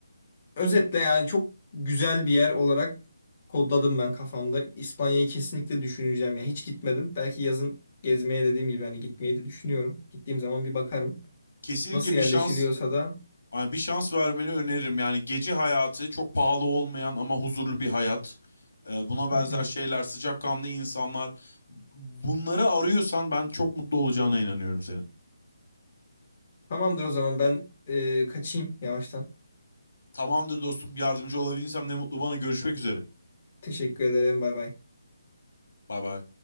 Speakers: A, on the left; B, on the left.
A: Özetle yani çok güzel bir yer olarak kodladım ben kafamda. İspanya'yı kesinlikle düşüneceğim ya. Hiç gitmedim. Belki yazın gezmeye dediğim gibi hani gitmeyi de düşünüyorum. Gittiğim zaman bir bakarım.
B: Kesinlikle
A: Nasıl
B: bir
A: yerleşiliyorsa
B: şans,
A: da.
B: yani bir şans vermeni öneririm. Yani gece hayatı çok pahalı olmayan ama huzurlu bir hayat. Ee, Buna benzer
A: Hı hı.
B: şeyler, sıcakkanlı insanlar. Bunları arıyorsan ben çok mutlu olacağına inanıyorum senin.
A: Tamamdır o zaman ben e, kaçayım yavaştan.
B: Tamamdır dostum, yardımcı olabilirsem ne mutlu bana. Görüşmek üzere.
A: Teşekkür ederim. Bay bay.
B: Bay bay.